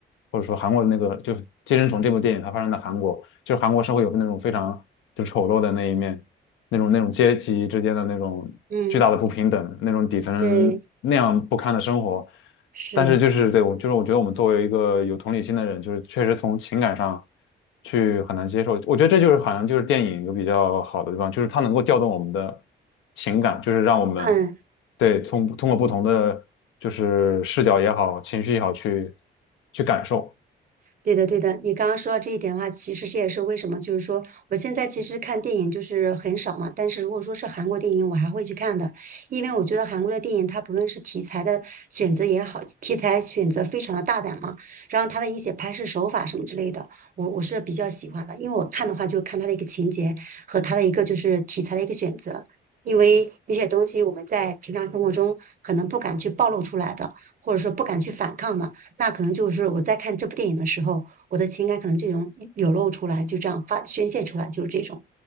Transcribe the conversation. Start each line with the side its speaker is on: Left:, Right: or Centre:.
Left: 或者说韩国的那个就是《寄生虫》这部电影，它发生在韩国，就是韩国社会有那种非常就丑陋的那一面，那种那种阶级之间的那种巨大的不平等，
Right: 嗯，
Left: 那种底层人那样不堪的生活。
Right: 对，是，
Left: 但是就是对我，就是我觉得我们作为一个有同理心的人，就是确实从情感上去很难接受。我觉得这就是好像就是电影有比较好的地方，就是它能够调动我们的情感，就是让我们
Right: 嗯。
Left: 对从通过不同的就是视角也好，情绪也好去去感受。
Right: 对的，对的，你刚刚说到这一点的话，其实这也是为什么，就是说我现在其实看电影就是很少嘛，但是如果说是韩国电影，我还会去看的，因为我觉得韩国的电影它不论是题材的选择也好，题材选择非常的大胆嘛，然后它的一些拍摄手法什么之类的，我我是比较喜欢的，因为我看的话就看它的一个情节和它的一个就是题材的一个选择，因为有些东西我们在平常生活中可能不敢去暴露出来的，或者说不敢去反抗的。那可能就是我在看这部电影的时候，我的情感可能就涌流露出来，就这样发宣泄出来，就是这种。